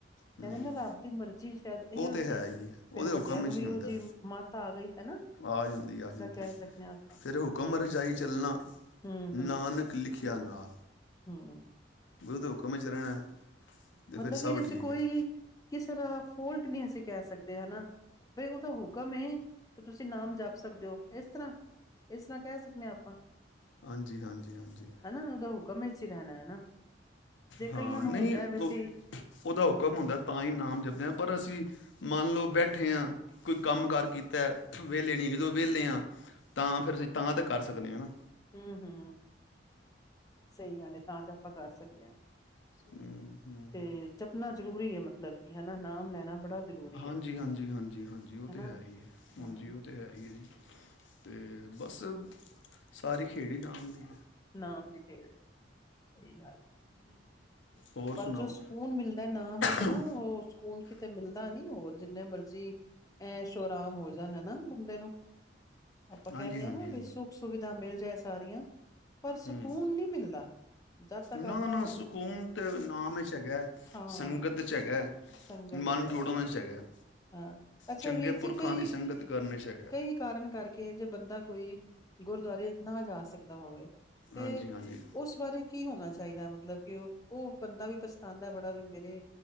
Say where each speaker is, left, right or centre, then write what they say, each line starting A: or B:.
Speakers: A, on the left (about 80°); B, on the left (about 20°).
A: ਹੂੰ
B: ਕਹਿੰਦੇ ਨਾ ਰੱਬ ਦੀ ਮਰਜ਼ੀ ਸ਼ਾਇਦ ਇਹੀਓ
A: ਉਹ ਤਾਂ ਹੈ
B: ਸੀ।
A: ਹੀ ਹੈ ਉਹਦੇ
B: ਫੇਰ ਵੱਡਿਆਂ
A: ਹੁਕਮ
B: ਨੂੰ
A: '
B: ਵੀ
A: ਹੀ ਹੁੰਦਾ
B: ਉਹ ਜੀ ਮੱਤ ਆ ਗਈ ਹਨਾ।
A: ਆ ਜਾਂਦੀ ਆ
B: ਇਸ
A: ਜਾਂਦੀ
B: ਤਰ੍ਹਾਂ ਕਹਿ ਸਕਦੇ ਹਾਂ ਆਪਾਂ
A: ਫਿਰ ਹੁਕਮ ਰਜਾਈ ਚੱਲਣਾ
B: ਹੂੰ,
A: ਨਾਨਕ ਲਿਖਿਆ ਨਾਲ
B: ਹਮ
A: ਉਹਦੇ ਹੁਕੁਮ ਚ ਰਹਿਣਾ ਤੇ
B: ਮਤਲਬ
A: ਫਿਰ ਸਭ
B: ਇਹਦੇ
A: ਠੀਕ
B: ਚ ਕੋਈ
A: ਹੈ
B: ਕਿਸੇ ਦਾ ਫੋਲਟ ਨਹੀਂ ਸੀ ਕਹਿ ਸਕਦੇ ਹਨਾ ਬਈ ਉਹ ਤਾਂ ਹੁਕਮ ਏ ਤੇ ਤੁਸੀਂ ਨਾਮ ਜਪ ਸਕਦੇ ਹੋ ਇਸ ਤਰ੍ਹਾਂ ਇਸ ਤਰ੍ਹਾਂ ਕਹਿ ਸਕਦੇ ਹਾਂ ਆਪਾਂ
A: ਹਾਂਜੀ ਹਾਂਜੀ ਹਾਂਜੀ
B: ਹਨਾ ਉਹਦਾ ਹੁਕਮ ਵਿੱਚ ਹੀ ਰਹਿਣਾ ਹੈ ਜੇ
A: ਹਾਂ
B: ਕਈਆਂ ਨੂੰ
A: ਨਹੀਂ
B: ਹੁੰਦਾ ਵੈਸੇ
A: ਉਹਦਾ ਹੁਕਮ ਹੁੰਦਾ ਤਾਂ ਹੀ ਨਾਮ ਜਪਦੇ ਪਰ ਅਸੀਂ ਮੰਨ ਲਓ ਬੈਠੇ ਹਾਂ ਕੋਈ ਕੰਮ ਕਾਰ ਕੀਤਾ ਵਿਹਲੇ ਨਹੀਂ ਜਦੋਂ ਵਿਹਲੇ ਹਾਂ ਤਾਂ ਫਿਰ ਅਸੀਂ ਤਾਂ ਤੱਕ ਕਰ ਸਕਦੇ ਹੈ ਨਾ
B: ਹਮ ਹਮ ਸਹੀ ਗੱਲ ਹੈ ਤਾਂ ਚ ਆਪਾਂ ਕਰ ਸਕਦੇ ਹਾਂ
A: ਹੂੰ ਹੂੰ
B: ਤੇ
A: ਹੂੰ।
B: ਜਪਣਾ ਜ਼ਰੂਰੀ ਹੈ ਮਤਲਬ ਕਿ ਹਨਾ ਨਾਮ ਲੈਣਾ ਬੜਾ ਜ਼ਰੂਰੀ
A: ਹਾਂਜੀ
B: ਹੈ
A: ਹਾਂਜੀ ਹਾਂਜੀ ਹਾਂਜੀ ਉਹ ਤਾਂ
B: ਹਨਾ
A: ਹੈ ਹੀ ਹੈ ਹਾਂਜੀ
B: ਹਾਂ
A: ਉਹ ਤਾਂ ਹੈ ਹੀ ਹੈ ਜੀ ਤੇ ਬਸ ਸਾਰੀ ਖੇਡ ਹੀ ਨਾਮ ਦੀ ਹੈ
B: ਨਾਮ ਦੀ ਖੇਡ ਸਹੀ ਗੱਲ
A: ਹੋਰ
B: ਪਰ
A: ਸੁਣਾਓ
B: ਜੋ ਸਕੂਨ ਮਿਲਦਾ ਨਾਮ ਵਿੱਚ
A: ਹੂੰ,
B: ਨਾ ਉਹ ਸਕੂਨ ਕਿਤੇ ਮਿਲਦਾ ਨੀ ਹੋਰ ਜਿੰਨੇ ਜੀ ਐਸ਼ੋ ਅਰਾਮ ਹੋ ਜਾਣ ਹਨ ਨਾ ਬੰਦੇ ਆਪਾਂ
A: ਹਾਂਜੀ
B: ਕਹਿੰਦੇ
A: ਹਾਂਜੀ
B: ਹਾਂ ਨਾ ਵੀ ਸੁੱਖ ਸੁਵਿਧਾ ਮਿਲ ਤੇ ਸਾਰੀਆਂ ਪਰ ਸਕੂਨ
A: ਹਮ
B: ਨਹੀਂ ਮਿਲਦਾ ਜਦ ਤੱਕ
A: ਨਾ
B: ਆਪਾਂ
A: ਨਾ ਸਕੂਨ ਤੇ ਨਾਮ ਚ ਹੈਗਾ
B: ਹਾਂ
A: ਸੰਗਤ ਚ ਹੈਗਾ
B: ਸੰਗਤ
A: ਮਨ
B: ਚ
A: ਜੋੜਨ
B: ਹੈ।
A: ਚ ਹੈਗਾ
B: ਹਾਂ ਅੱਛਾ
A: ਚੰਗੇ
B: ਵੀਰ
A: ਪੁਰਖਾਂ
B: ਜੀ ਕਈ
A: ਦੀ ਸੰਗਤ ਕਰਨ ਚ ਹੈਗਾ
B: ਕਈ ਕਾਰਨ ਕਰਕੇ ਕਿ ਜੇ ਬੰਦਾ ਕੋਈ ਗੁਰਦੁਆਰੇ ਨਾ ਜਾ ਸਕਦਾ ਹੋਵੇ ਤੇ
A: ਹਾਂਜੀ ਹਾਂਜੀ
B: ਉਸ ਬਾਰੇ ਕੀ ਹੋਣਾ ਚਾਹੀਦਾ ਮਤਲਬ ਮਤਲਬ ਕਿ ਉਹ ਉਹ ਬੰਦਾ ਵੀ ਪਛਤਾਉਦਾ ਹੈ ਬੜਾ ਵੀ ਮੇਰੇ